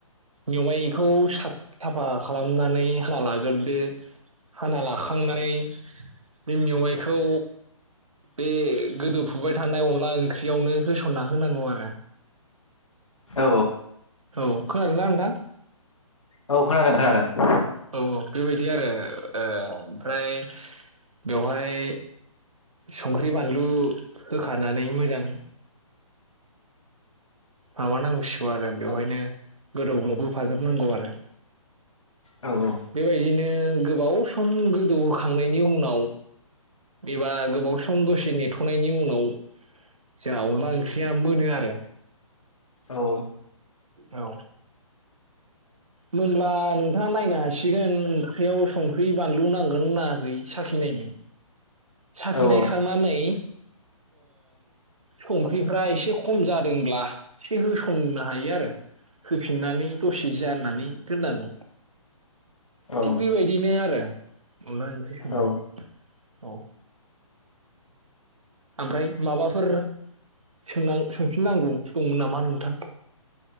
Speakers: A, on the right (about 65°); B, on the left (about 65°).
A: मेवाइखौ साफा खालामनानै हाना लाग्रोदो हाना लाखांनानै बे मेवाइखौ बे गोदौफुबाय थानाय अनला ओंख्रियावनो होसनना होनांगौ आरो
B: औ
A: औ खोनादोंना नोंथां
B: औ खोनादों खोनादों
A: औ औ बेबायदि आरो ओ ओमफ्राय बेवहाय संख्रि बानलु होखानानै मोजां माबानांसिगौ आरो बेवहायनो
B: औ
A: गोदौग्लावबोफाजोबनांगौ आरो
B: औ औ
A: बेबायदिनो गोबाव सम गोदौहोखांनायनि उनाव एबा गोबाव सम दसे नेथ'नायनि उनाव जोंहा अनला ओंख्रिया मोनो आरो
B: औ औ
A: औ होनब्ला नोंथाङा नायनो हासिगोन ओंख्रियाव संख्रि बानलु नांगोनना नाङाखै साखिनायनो साखिनायखांनानै
B: औ
A: संख्रिफ्रा एसे खम जादोंब्ला एसे होसननो हायो आरो होफिननानै दसे जि जाननानै दोननांगौ
B: औ
A: थिग बेबायदिनो आरो अनला ओंख्रि संनाया
B: ओ
A: औ ओमफ्राय माबाफोर सों सोंफिननांगौ दंमोन नामा नोंथां